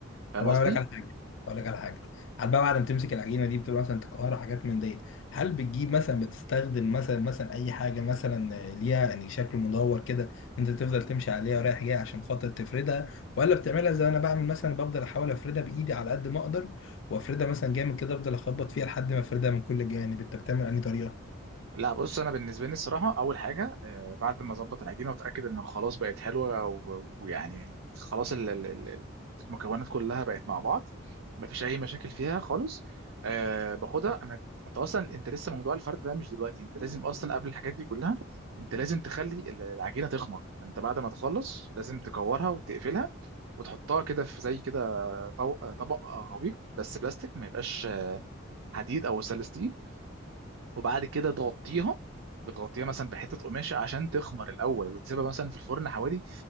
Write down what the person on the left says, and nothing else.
طب
انا اقول لك على حاجه اقول لك على حاجه هل بقى بعد ما تمسك العجينه دي بتبقى مثلا تكهرها حاجات من دي هل بتجيب مثلا بتستخدم مثلا مثلا اي حاجه مثلا آه، ليها يعني شكل مدور كده انت تفضل تمشي عليها ورايح جاي عشان خاطر تفردها ولا بتعملها زي انا بعمل مثلا بفضل احاول افردها بايدي على قد ما اقدر وافردها مثلا جامد كده افضل اخبط فيها لحد ما افردها من كل الجوانب انت بتعمل انهي طريقه